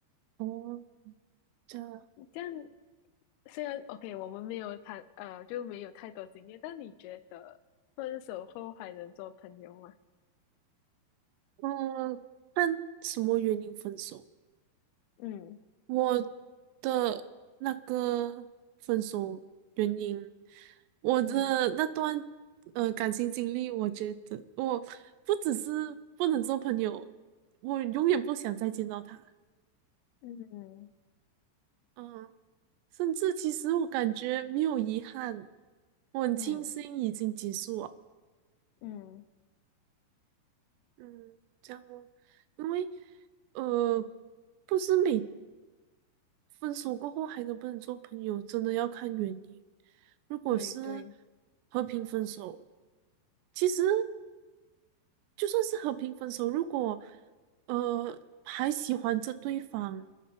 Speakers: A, on the right; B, on the left.
A: 哦，这样啊。
B: 这样虽然 OK，我们没有谈呃，就没有太多经验，但你觉得分手后还能做朋友吗？
A: 嗯，看什么原因分手？
B: 嗯
A: 我的那个分手原因，我的那段
B: 嗯
A: 呃感情经历，我觉得我不只是不能做朋友，我永远不想再见到他。
B: 嗯
A: 嗯，甚至其实我感觉没有遗憾，我很庆幸已经结束了。
B: 嗯嗯，
A: 嗯，这样哦，因为呃，不是每分手过后还能不能做朋友，真的要看原因。如果是
B: 对对
A: 和平分手，其实就算是和平分手，如果呃还喜欢着对方，